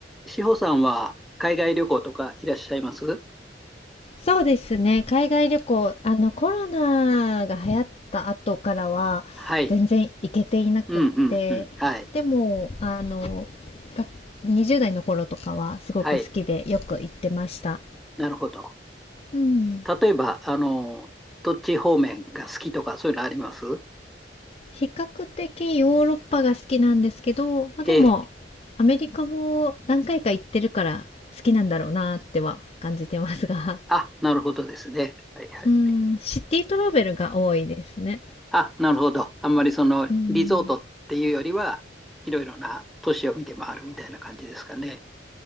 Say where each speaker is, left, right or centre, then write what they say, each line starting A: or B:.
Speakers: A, in the centre; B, on the left (about 35°).
A: 志保さんは海外旅行とかいらっしゃいます
B: そうですね。海外旅行、あの、コロナが流行った後からは、
A: はい。
B: 全然行けていなくって、
A: うんうんうん。はい。
B: でも、あの、が20代の頃とかはすごく好きでよく行ってました。
A: はい。なるほど。
B: うん。
A: 例えば、あの、どっち方面が好きとかそういうのあります
B: 比較的ヨーロッパが好きなんですけど、まあ、でも、
A: ええ。
B: アメリカも何回か行ってるから好きなんだろうなっては感じてますが、
A: あ、なるほどですね。はいはい。
B: うん、シティトラベルが多いですね。
A: あ、なるほど。あんまりそのリゾートっていうよりは、
B: うん。
A: いろいろな都市を見て回るみたいな感じですかね。